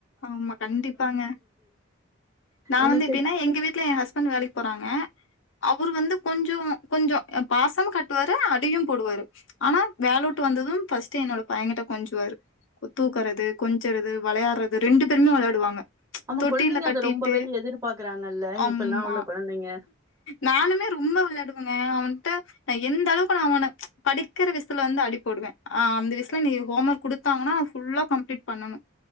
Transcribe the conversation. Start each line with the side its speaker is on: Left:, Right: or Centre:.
Left: ஆமா கண்டிப்பாங்க நா
Right: என்ன
Left: வந்து எப்டின்னா
Right: சரி
Left: எங்க வீட்ல எ ஹஸ்பண்ட் வேலைக்கு போறாங்க அவர் வந்து கொஞ்சோ கொஞ்சோ பாசமு காட்டுவாரு அடியு போடுவாரு ஆனா வேலவிட்டு வந்தது ஃபஸ்டு என்னோட பையன்கிட்ட கொஞ்சுவாரு தூக்குறது கொஞ்சுறது வெளயாடுறது ரெண்டு பேருமே வெளயாடுவாங்க
Right: ஆமா
Left: தொட்டில
Right: குழந்தைங்க
Left: கட்டிட்டு
Right: அத ரொம்பவே எதிர்பார்க்கறாங்கல்ல.
Left: அம்மா
Right: இப்பலாம் உள்ள குழந்தைங்க.
Left: நானுமே ரொம்ப வெளயாடு அவ அவன்கிட்ட எந்த அளவுக்கு நா அவன படிக்கிற விசயத்ல வந்து அடி போடுவே ஆ அந்த விசயத்ல நீ கோம்வொர்க் குடுத்தாங்னா ஃபுல்லா கம்ளிட் பண்ணனு